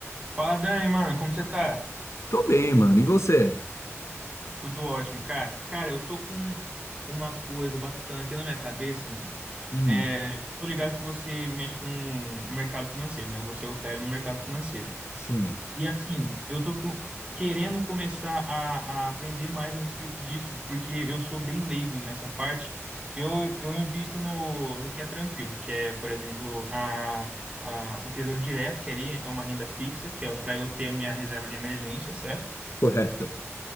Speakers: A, on the right (about 20°); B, on the left (about 70°).
A: Fala, Dani, mano, como você tá?
B: Tô bem, mano. E você?
A: Tudo ótimo, cara. Cara, eu tô com uma coisa batucando aqui na minha cabeça, mano.
B: Hum,
A: É, tô ligado que você mexe com o mercado financeiro, né? Você opera no mercado financeiro.
B: sim,
A: E assim, eu tô com- querendo começar a, a aprender mais a respeito disso, porque eu sou bem leigo nessa parte. Eu, eu invisto no, no que é tranquilo, que é, por exemplo, a, a, o Tesouro Direto, que ali é uma renda fixa, que é para eu ter a minha reserva de emergência, certo?
B: correto,